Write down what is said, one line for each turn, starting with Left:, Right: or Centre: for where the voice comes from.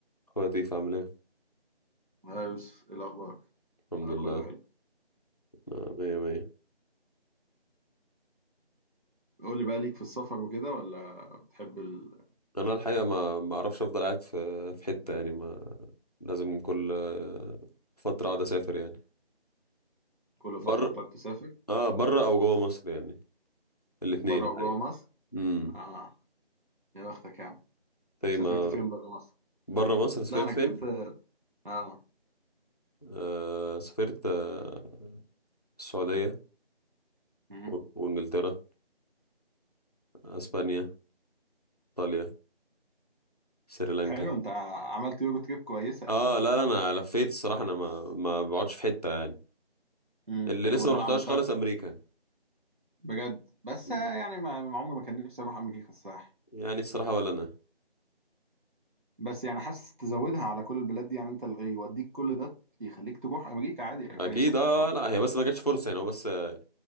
Left: خواتيف عامل ايه
Right: ها يوسف ايه الاخبار
Left: الحمد
Right: انا
Left: لله
Right: كله حلو
Left: آه، مية مية
Right: قول لي بقى ليك في السفر وكده ولا بتحب ال...
Left: انا الحقيقه ما ما اعرفش افضل قاعد في في حته يعني ما لازم كل آه، فتره اقعد اسافر يعني
Right: كل فتره
Left: بره
Right: بتقعد تسافر
Left: اه بره او جوه مصر يعني الاثنين
Right: بره
Left: الحقيقه
Right: وجوه مصر
Left: امم
Right: اه يا بختك يا عم
Left: طيب
Right: سافرت
Left: ما
Right: فين بره مصر
Left: بره مصر سافرت
Right: لا انا
Left: فين
Right: جبت اه
Left: آه سافرت آه السعوديه
Right: مم.
Left: و- وانجلترا اسبانيا ايطاليا سريلانكا
Right: حلو انت ع- عملت يورو تريب كويسه يعني
Left: اه لا لا انا لفيت الصراحه انا ما ما بقعدش في حته يعني
Right: امم
Left: اللي لسه
Right: ودول
Left: ما رحتهاش
Right: عملتها
Left: خالص
Right: في-
Left: امريكا
Right: بجد بس
Left: مم.
Right: آه، يعني ما ما عمري ما كان نفسي اروح امريكا الصراحه
Left: يعني الصراحه ولا انا
Right: بس يعني حاسس تزودها على كل البلاد دي يعني انت اللي يوديك كل ده يخليك تروح امريكا عادي يعني
Left: اكيد
Right: كويسه
Left: اه
Right: برضه.
Left: لا هي بس ما جاتش فرصه يعني هو بس آه،